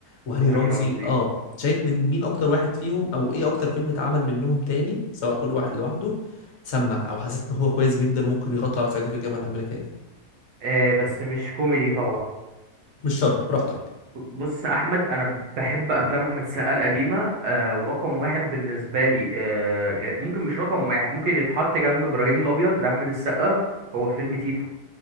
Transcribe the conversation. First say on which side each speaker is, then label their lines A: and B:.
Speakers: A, on the left; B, on the right.
A: وهاني
B: وهاني
A: رمزي
B: رمزي
A: اه شايف من مين اكتر واحد فيهم او ايه اكتر فيلم اتعمل منهم تاني سواء كل واحد لوحده سمع او حسيت ان هو كويس جدا وممكن يغطي على صعيدي في الجامعه الامريكيه
B: آه بس مش كوميدي طبعا
A: مش شرط براحتك
B: بص احمد انا بحب افلام احمد السقا القديمه آه ورقم واحد بالنسبه لي آه ممكن مش رقم واحد ممكن اللي يتحط جنب ابراهيم الابيض لاحمد السقا هو فيلم تيتو